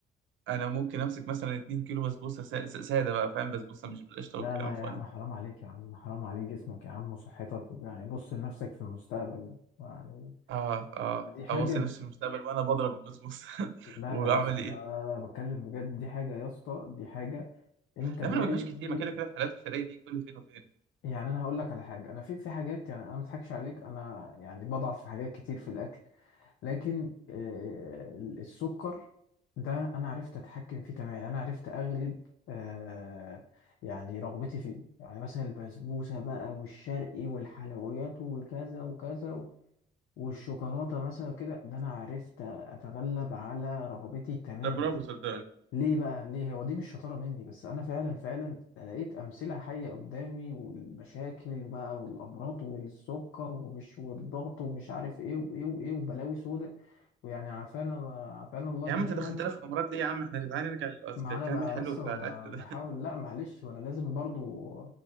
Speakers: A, on the right; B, on the left.
A: أنا ممكن أمسك مثلا 2 كيلو بسبوسة سا- سا- سادة بقى فاهم بسبوسة مش بالقشطة
B: لا
A: والكلام
B: لا
A: الفاضي
B: يا عم
A: ده
B: حرام عليك يا عم حرام عليك جسمك يا عم وصحتك يعني بص لنفسك في المستقبل يعني
A: آه آه
B: دي حاجه
A: أوصي نفسي المستقبل وأنا بضرب البسبوسة <laughs>
B: لا
A: وبعمل
B: لا يا اسطى
A: إيه؟
B: لا لا لا بتكلم بجد دي حاجه يا اسطى دي حاجه انت
A: لا
B: لازم
A: ما أنا ما بجيبهاش كتير ما كده كده الحلويات الشرقية دي كل فين وفين
B: يعني انا هقول لك على حاجه انا في في حاجات يعني انا ما اضحكش عليك انا يعني بضعف في حاجات كتير في الاكل لكن آه، السكر ده انا عرفت اتحكم فيه تماما يعني انا عرفت اغلب آه، يعني رغبتي فيه يعني مثلا البسبوسه بقى والشرقي والحلويات وكذا وكذا و- والشوكولاته مثلا كده ده انا عرفت اتغلب على رغبتي تماما
A: لا برافو صدقني
B: ليه بقى ليه هو دي مش شطارة مني بس أنا فعلا فعلا لقيت أمثلة حية قدامي والمشاكل بقى والأمراض والسكر ومش والضغط ومش عارف إيه وإيه وإيه وبلاوي سودة ويعني عافانا عافانا الله
A: يا
B: جميعا
A: عم انت دخلتنا في الامراض ليه يا عم احنا تعالى نرجع
B: ما
A: للكلام
B: أنا بقى
A: الحلو
B: لسه
A: بتاع
B: وأنا
A: الاكل
B: بحاول
A: ده.
B: لأ معلش وأنا لازم برضو